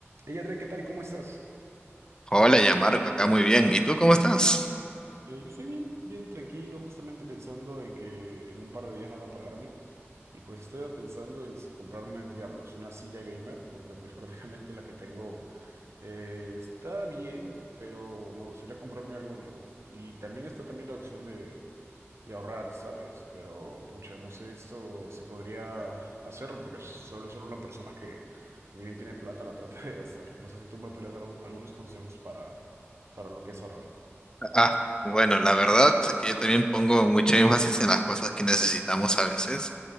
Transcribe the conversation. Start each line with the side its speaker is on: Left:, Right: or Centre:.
Right: Ella, Adrián, ¿qué tal? ¿Cómo estás?
Left: Hola, ya Marco, acá muy bien. ¿Y tú cómo estás?
Right: Eh, yo estoy bien, bien tranquilo, justamente pensando en que en un par de días van a pagarme. Y pues estoy pensando en si comprarme Diablos, una silla gamer, porque pues <laughs> prácticamente la que tengo eh, está bien, pero me gustaría comprarme algo nuevo. Y también está también la opción de, de ahorrar, ¿sabes? Pero pucha, no sé esto si podría hacerlo, porque solo soy una persona que ni bien tiene plata, la <laughs> trata de gastar. No sé si tú me podrías dar un- algunos consejos para, para lo que es ahorrar.
Left: Ah, bueno, la verdad que yo también pongo mucho énfasis en las cosas que necesitamos a veces,